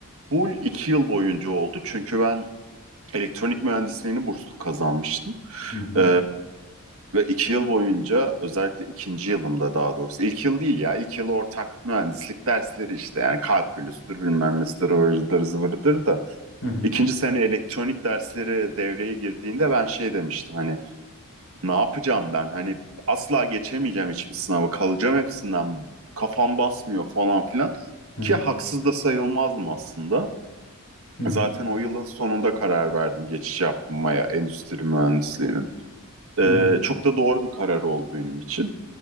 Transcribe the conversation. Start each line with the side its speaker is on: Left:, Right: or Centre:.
Right: full iki yıl boyunca oldu. Çünkü ben elektronik mühendisliğini burslu kazanmıştım.
Left: Hı hı.
Right: Ee, ve iki yıl boyunca özellikle ikinci yılımda daha doğrusu. ilk yıl değil ya. ilk yıl ortak mühendislik dersleri işte. Yani kalkülüstür bilmem nesidir vırıdır zıvırıdır da.
Left: Hı hı.
Right: İkinci sene elektronik dersleri devreye girdiğinde ben şey demiştim hani Ne yapacağım ben? Hani asla geçemeyeceğim hiçbir sınavı. Kalacağım hepsinden. Kafam basmıyor falan filan.
Left: Hı
Right: Ki
Left: hı.
Right: haksız da sayılmazdım aslında.
Left: Hı hı.
Right: Zaten o yılın sonunda karar verdim geçiş yapmaya endüstri mühendisliğine. Ee,
Left: Hı hı.
Right: çok da doğru bir karar oldu benim için.